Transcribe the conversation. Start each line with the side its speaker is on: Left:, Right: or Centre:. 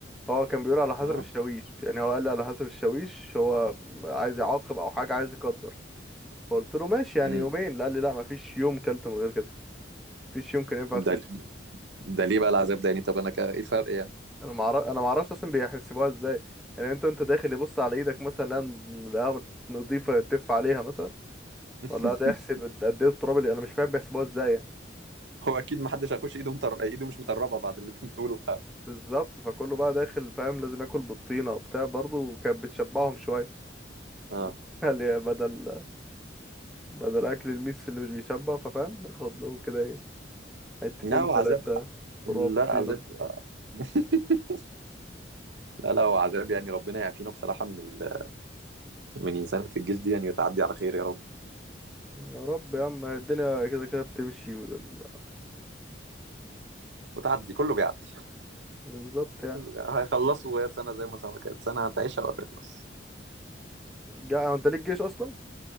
Centre: هو كان بيقول على حسب
Right: اه
Centre: الشاويش يعني هو قال لي على حسب الشاويش هو عايز يعاقب او حاجه عايز يقدر فقلت له ماشي
Right: مم.
Centre: يعني يومين لا قال لي لا مفيش يوم كلت من غير كده مفيش يوم كان ينفع
Right: ده
Centre: اغسل
Right: ده ليه بقى العذاب ده يعني طب انا كا- ايه الفرق يعني
Centre: انا ما اعرف انا ما اعرفش اصلا بيحسبوها ازاي يعني انت انت داخل يبص على ايدك مثلا لا لا نضيفه تف عليها مثلا
Right: <laughs>
Centre: ولا ده يحسب قد قد ايه التراب اللي انا مش فاهم بيحسبوها ازاي يعني
Right: هو اكيد ما حدش هيخش ايده مطر... ايده مش مطربه بعد اللي انت بتقوله ف
Centre: بالظبط فكله بقى داخل فاهم لازم ياكل بالطينه وبتاع برضه كانت بتشبعهم شويه
Right: اه
Centre: <laughs> قال يا بدل بدل اكل الميس اللي مش بيشبع ففاهم ياخد لهم كده ايه حتتين
Right: لا هو
Centre: تلاتة
Right: عذاب لا
Centre: تراب طينه
Right: عذاب آه. <laughs> لا لا هو عذاب يعني ربنا يعافينا بصراحه من ال... من انسانه الجيش دي يعني وتعدي على خير يا رب
Centre: يا رب يا عم الدنيا كده كده بتمشي وال-
Right: وتعدي كله بيعدي
Centre: بالظبط يعني
Right: كله بيعدي. هيخلصوا يا سنه زي ما سنه كانت سنه هتعيشها وهتخلص
Centre: جا انت ليك جيش اصلا